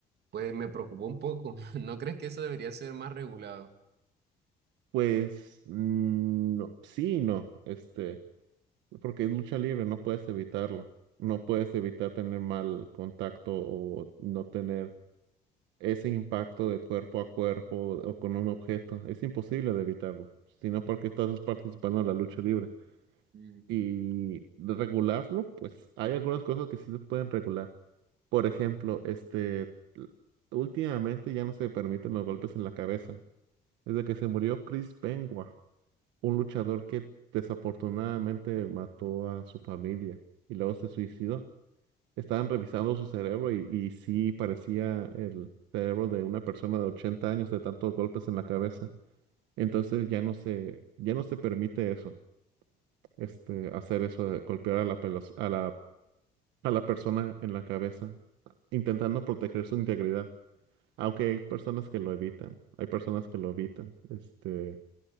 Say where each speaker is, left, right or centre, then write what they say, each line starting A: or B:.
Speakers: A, on the right; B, on the right.
A: pues me preocupó un poco. <laughs> ¿No crees que eso debería ser más regulado?
B: Pues mm, no, sí y no, este, porque es lucha libre, no puedes evitarlo, no puedes evitar tener mal contacto o no tener ese impacto de cuerpo a cuerpo o con un objeto, es imposible de evitarlo, sino porque estás participando en la lucha libre.
A: Mm.
B: Y de regularlo, pues hay algunas cosas que sí se pueden regular. Por ejemplo, este, l- últimamente ya no se permiten los golpes en la cabeza. Desde que se murió Chris Benoit un luchador que desafortunadamente mató a su familia y luego se suicidó. Estaban revisando su cerebro y, y sí parecía el cerebro de una persona de 80 años de tantos golpes en la cabeza. Entonces ya no se, ya no se permite eso, este, hacer eso de golpear a la, pelos- a la, a la persona en la cabeza, intentando proteger su integridad. Aunque hay personas que lo evitan, hay personas que lo evitan, este,